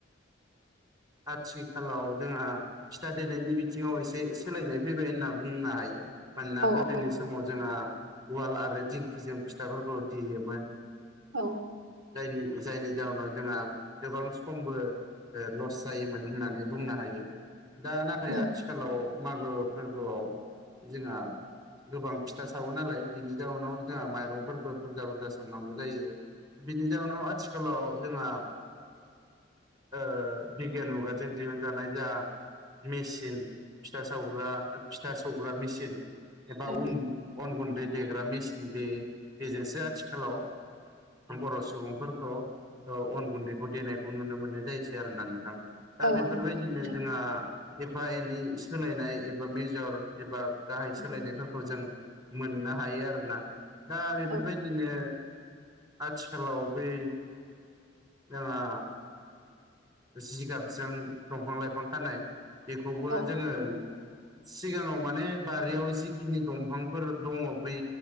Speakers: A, on the right (about 20°); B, on the right (about 90°).
A: आथिखालाव जोंहा फिथा देनायनि बिथिङाव एसे सोलायनाय फैबाय होनना बुंनो हायो मानोना
B: औ
A: गोदोनि
B: औ
A: समाव जोंहा उवाल आरो दिंखिजों फिथाइफोरखौ देयोमोन।
B: औ
A: जायनि जायनि जाहोनाव जोंहा गोबां समबो ओ लस जायोमोन होननानै बुंनो हायो दा नाथाय
B: उम
A: आथिखालाव मागो फोरबोआव जोंहा गोबां फिथा सावो नालाय बेनि जाउनाव जोंहा माइरंफोरफोरखौ बुरजा बुरजा सोमनांगौ जायो। बिनि जाउनाव आथिखालाव जोंहा ओ बिगियान मुगाजों दिहुनजानाय जा मेसिन फिथा सावग्रा फिथा सावग्रा मेसिन एबा
B: उम
A: उन अन गुन्दै देग्रा मेसिन बे बेजोंसो आथिखालाव बर' सुबुंफोरखौ औ अन गुन्दैखौ देनायखौ नुनो मोननाय जायोसै आरो ना नोंथां। दा
B: औ
A: बेफोरबायदिनो
B: औ नंगौ
A: जोंहा एफा एनै सोलायनाय एबा मेजर एबा गाहाय
B: नोंथां
A: सोलायनायफोरखौ जों मोननो हायो आरो ना। दा बेफोरबायदिनो
B: औ
A: आथिखालाव बै जोंहा जिगाबजों दंफां लाइफां खानाय बेखौबो
B: औ
A: जोङो सिगाङाव माने बारियाव जिखिनि दंफांफोर दङ बै